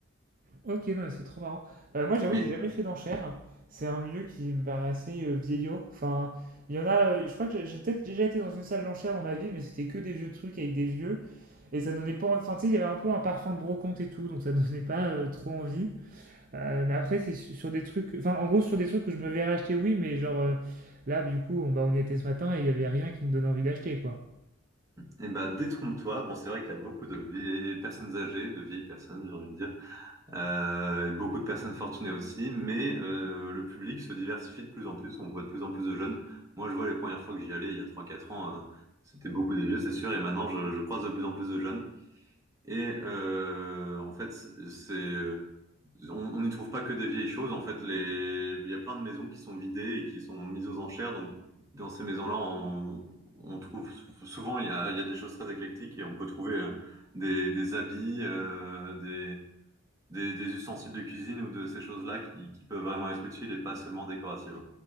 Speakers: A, on the right; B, on the right.
A: Ok, non, mais c'est trop marrant. Euh, moi, j'avoue
B: Mais
A: que j'ai jamais fait d'enchères. C'est un milieu qui me paraît assez euh, vieillot. Enfin, il y en a, euh, je crois que j'ai j'ai peut-être déjà été dans une salle d'enchères dans ma vie, mais c'était que des vieux trucs avec des vieux. Et ça donnait pas, enfin, tu sais, il y avait un peu un parfum de brocante et tout, donc ça donnait pas euh, trop envie. Euh, mais après, c'est su- sur des trucs. Enfin, en gros, sur des trucs que je me verrais acheter, oui, mais genre euh, là, du coup, on, bah, on y était ce matin et il n'y avait rien qui me donnait envie d'acheter, quoi.
B: et bah, détrompe-toi, bon c'est vrai qu'il y a beaucoup de vieilles personnes âgées, de vieilles personnes, j'ai envie de dire, euh, et beaucoup de personnes fortunées aussi, mais euh, le public se diversifie de plus en plus, on voit de plus en plus de jeunes. Moi je vois les premières fois que j'y allais il y a trois quatre ans, euh, c'était beaucoup des vieux, c'est sûr, et maintenant je, je croise de plus en plus de jeunes. Et euh, en fait, c'est euh, on on n'y trouve pas que des vieilles choses. En fait, les il y a plein de maisons qui sont vidées et qui sont mises aux enchères. Donc, dans ces maisons-là, on, on trouve souvent il y a, il y a des choses très éclectiques et on peut trouver euh, des, des habits, euh, des, des des ustensiles de cuisine ou de ces choses-là qui, qui peuvent vraiment être utiles et pas seulement décoratives.